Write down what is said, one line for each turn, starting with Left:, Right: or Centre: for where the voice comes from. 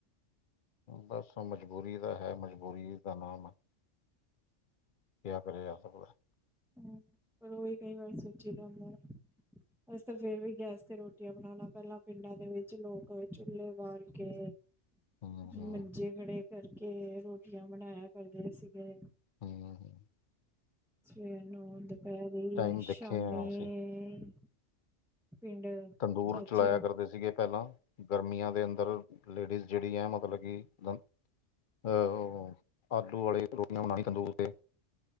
Left: ਬਸ ਮਜਬੂਰੀ ਦਾ ਹੈ ਮਜਬੂਰੀ ਦਾ ਨਾਮ ਕਿਹਾ ਕਰਿਆ ਜਾ ਸਕਦਾ ਹੈ।
Centre: ਹਮ ਪਰ ਉਹੀ ਕਈ ਗੱਲ ਸੋਚੀ ਦਾ ਹੁੰਦਾ ਹੈ। ਬਸ ਤਾਂ ਫੇਰ ਵੀ ਗੈਸ ਤੇ ਰੋਟੀਆਂ ਬਣਾਉਣਾ ਪਹਿਲਾਂ ਪਿੰਡਾਂ ਦੇ ਵਿੱਚ ਲੋਕ ਚੁੱਲੇ ਬਾਲ ਕੇ
Left: ਹੂੰ ਹੂੰ
Centre: ਮੰਜੇ ਖੜੇ ਕਰਕੇ ਰੋਟੀਆਂ ਬਣਾਇਆ ਕਰਦੇ ਸੀਗੇ।
Left: ਹਮ ਹਮ ਹਮ
Centre: ਸਵੇਰ ਨੂੰ ਦੁਪਹਿਰੀ
Left: ਟਾਈਮ
Centre: ਸ਼ਾਮੀ
Left: ਦੇਖੇ ਆ ਅਸੀਂ
Centre: ਪਿੰਡ
Left: ਤੰਦੂਰ
Centre: ਚਾਚੇ
Left: ਚਲਾਇਆ ਕਰਦੇ ਸੀਗੇ ਪਹਿਲਾਂ ਗਰਮੀਆਂ ਦੇ ਅੰਦਰ ਲੇਡੀਜ਼ ਜਿਹੜੀ ਹੈ ਮਤਲਬ ਕਿ ਅਹ ਆਲੂ ਵਾਲੇ ਰੋਟੀਆਂ ਬਣਾਣੀ ਤੰਦੂੂਰ ਤੇ